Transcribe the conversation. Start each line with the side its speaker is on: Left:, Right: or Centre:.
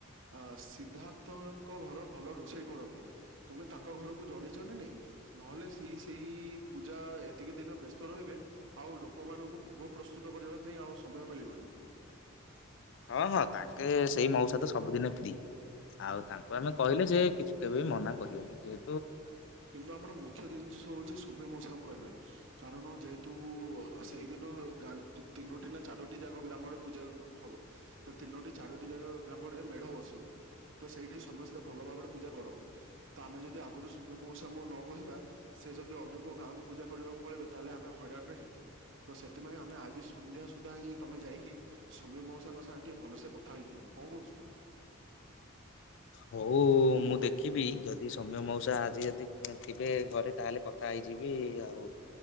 Right: ଆ ସିଦ୍ଧାର୍ଥଙ୍କ ଘର ଭଲ ରୋଷେଇ କରନ୍ତି ତୁମେ ତାଙ୍କ ଘରକୁ ଜନେଇଛ ନା ନାଇଁ ନହେଲେ ସେ ସେଇ ପୂଜା ଏତିକି ଦିନ ବ୍ୟସ୍ତ ରହିବେ ଆଉ ଲୋକମାନଙ୍କୁ ଭୋଗ ପ୍ରସ୍ତୁତ କରିବା ପାଇଁ ଆଉ ସମୟ ମିଳିବନି। <inaudible>
Left: ହଁ ହଁ ତାଙ୍କେ ସେଇ ମଉସା ତ ସବୁଦିନେ ଫ୍ରି ଆଉ ତାଙ୍କୁ ଆମେ କହିଲେ ସେ କିଛି କେବେ ବି ମନା କରିବେନି ଯେ
Right: କିନ୍ତୁ ଆମର ମୁଖ୍ୟ ଜିନିଷ ହଉଛି ସୋମ୍ୟ ମୋଉଷା ଙ୍କୁ କହିବା କାରଣ ଯେହେତୁ ସେଇଦିନ ତିନୋଟି ନା ଚାରୋଟି ଜାଗା ଗ୍ରାମରେ ପୂଜା ହବ ତ ତିନୋଟି ଚାରୋଟି ଜାଗା ଗ୍ରାମରେ ମେଢ ବସିବ ତ ସେଇଠି ସମସ୍ତେ ଭଲ ଭାବରେ ପୂଜା କରନ୍ତି ତ ଆମେ ଯଦି ଆରୁ ସୋମ୍ୟ ମଉସାଙ୍କୁ ନ କହିବା ସେ ଯଦି ଅନ୍ୟ କୋଉ ଗାଁକୁ ପୂଜା କରିବାକୁ ପଳେଇିବବେ ତାହେଲେ ଆମେ ହଇରାଣରେ ହେବା ତ ସେଥିପାଇଁ ଆମେ ଆଜି ସନ୍ଧ୍ୟା ସୁଧା ହିଁ ତମେ ଯାଇକି ସୋମ୍ୟ ମଉସାଙ୍କ ସାଙ୍ଗେ ଟିକେ ଭଲସେ କଥା ହେଇଯିବ କଣ କହୁଛ?
Left: ହୋଉ ମୁଁ ଦେଖିବି ଯଦି ସୌମ୍ୟ ମଉସା ଆଜି ଯଦି ଥିବେ ଘରେ ତାହେଲେ କଥା ହେଇଯିବି ଆଉ।